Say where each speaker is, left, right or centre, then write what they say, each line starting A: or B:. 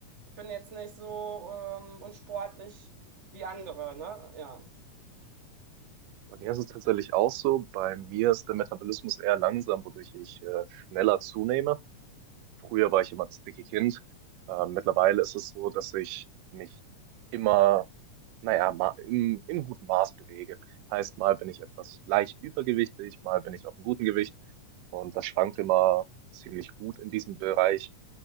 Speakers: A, on the right; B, on the right.
A: ich bin jetzt nicht so ähm, unsportlich wie andere, ne? Ja.
B: Bei mir ist es tatsächlich auch so. Bei mir ist der Metabolismus eher langsam, wodurch ich äh, schneller zunehme. Früher war ich immer das dicke Kind. Äh, mittlerweile ist es so, dass ich mich immer, naja, ma im, im guten Maß bewege. Heißt, mal bin ich etwas leicht übergewichtig, mal bin ich auf einem guten Gewicht. Und das schwankt immer ziemlich gut in diesem Bereich.